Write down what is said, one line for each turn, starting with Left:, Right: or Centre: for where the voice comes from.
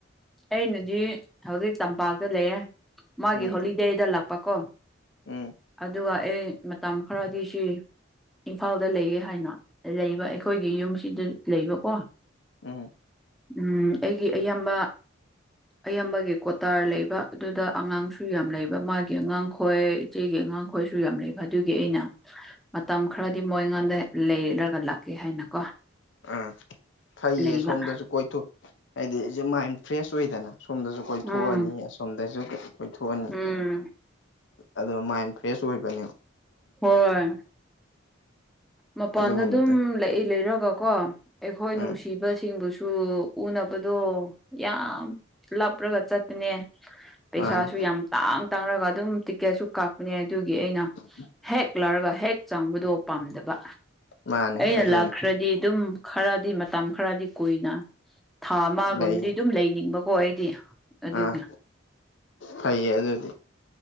Centre: ꯑꯩꯅꯗꯤ ꯍꯧꯖꯤꯛ ꯇꯝꯄꯥꯛꯇ ꯂꯩꯌꯦꯦ ꯃꯥꯒꯤ
Left: ꯎꯝ
Centre: ꯍꯣꯂꯤꯗꯦꯗ ꯂꯥꯛꯄꯀꯣ
Left: ꯎꯝ
Centre: ꯑꯗꯨꯒ ꯑꯩ ꯃꯇꯝ ꯈꯔꯗꯤ ꯁꯤ ꯏꯝꯐꯥꯜꯗ ꯂꯩꯒꯦ ꯍꯥꯏꯅ ꯂꯩꯕ ꯑꯩꯈꯣꯏꯒꯤ ꯌꯨꯝꯁꯤꯗ ꯂꯩꯕꯀꯣ
Left: ꯎꯝ
Centre: ꯎꯝ ꯑꯩꯒꯤ ꯑꯌꯥꯝꯕ ꯑꯌꯥꯝꯕꯒꯤ ꯀꯣꯇꯥꯔ ꯂꯩꯕ ꯑꯗꯨꯗ ꯑꯉꯥꯡꯁꯨ ꯌꯥꯝ ꯂꯩꯕ ꯃꯥꯒꯤ ꯑꯉꯥꯡꯈꯣꯏ ꯏꯆꯦꯒꯤ ꯑꯉꯥꯡ ꯑꯩꯈꯣꯏꯁꯨ ꯌꯥꯝ ꯂꯩꯕ ꯑꯗꯨꯒꯤ ꯑꯩꯅ ꯃꯇꯝ ꯈꯔꯗꯤ ꯃꯣꯏ ꯑꯩꯉꯣꯟꯗ ꯂꯩꯔꯒ ꯂꯥꯛꯀꯦ ꯍꯥꯏꯅꯀꯣ
Left: ꯑꯥ ꯐꯩꯌꯦ
Centre: ꯂꯩꯕ
Left: ꯁꯣꯝꯗꯁꯨ ꯀꯣꯏꯊꯣꯛ ꯍꯥꯏꯗꯤ ꯑꯩꯁꯦ ꯃꯥꯏꯟ ꯐ꯭ꯔꯦꯁ ꯑꯣꯏꯗꯅ ꯁꯣꯝꯗꯁꯨ ꯀꯣꯏꯊꯣꯛꯑꯅꯤ
Centre: ꯎꯝ
Left: ꯑꯁꯣꯝꯗꯁꯨ ꯀꯣꯏꯊꯣꯛꯑꯅꯤ
Centre: ꯎꯝ
Left: ꯑ ꯃꯥꯏꯟ ꯐ꯭ꯔꯦꯁ ꯑꯣꯏꯕꯅꯦ
Centre: ꯍꯣꯏ ꯃꯄꯥꯟꯗ
Left: ꯑꯗꯨꯒꯨꯝꯕꯗ
Centre: ꯑꯗꯨꯝ ꯂꯩ ꯂꯩꯔ ꯇꯔꯒ ꯀꯣ ꯑꯩꯈꯣꯏ
Left: ꯎꯝ
Centre: ꯅꯨꯡꯁꯤꯕꯁꯤꯡꯕꯨꯁꯨ ꯎꯅꯕꯗꯣ ꯌꯥꯝ ꯂꯥꯞꯄꯔꯒ ꯆꯠꯄꯅꯦ ꯄꯩꯁꯥꯁꯨ
Left: ꯃꯥꯅꯤ
Centre: ꯌꯥꯝ ꯇꯥꯡ ꯇꯥꯡꯔꯒ ꯑꯗꯨꯝ ꯇꯤꯛꯀꯦꯠꯁꯨ ꯀꯛꯄꯅꯦ ꯑꯗꯨꯒꯤ ꯑꯩꯅ
Left: ꯇꯅ
Centre: ꯍꯦꯛ ꯂꯧꯔꯒ ꯍꯦꯛ ꯆꯥꯡꯕꯗꯣ ꯄꯥꯝꯗꯕ
Left: ꯃꯥꯅꯤ
Centre: ꯑꯩꯅ
Left: ꯑꯗꯨꯅꯤ
Centre: ꯂꯥꯛꯈ꯭ꯔꯗꯤ ꯑꯗꯨꯝ ꯈꯔꯗꯤ ꯃꯇꯝ ꯈꯔꯗꯤ ꯀꯨꯏꯅ ꯊꯥ ꯑꯃꯒꯨꯝꯕꯗꯤ
Left: ꯂꯩ
Centre: ꯑꯗꯨꯝ ꯂꯩꯅꯤꯡꯕꯀꯣ ꯑꯩꯗꯤ ꯑꯗꯨꯒ
Left: ꯑꯥ ꯐꯩꯌꯦ ꯑꯗꯨꯗꯤ